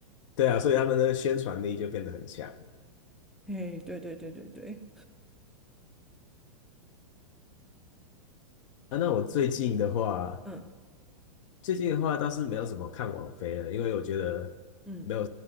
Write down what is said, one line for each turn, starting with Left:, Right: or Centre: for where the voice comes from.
Left: 对啊，所以他们的宣传力就变得很强了
Centre: 诶，诶，对对对对对，
Left: 啊。那我最近的话，
Centre: 嗯
Left: 最近的话倒是没有什么看网飞了，因为我觉得没有，
Centre: 嗯